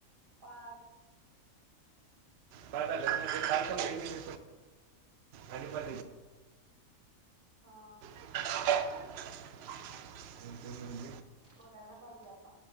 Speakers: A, on the right; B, on the right.
A: पाच
B: बार तम्ही आणि पर
A: हा
B: ह
A: बघायला पाहिजे आता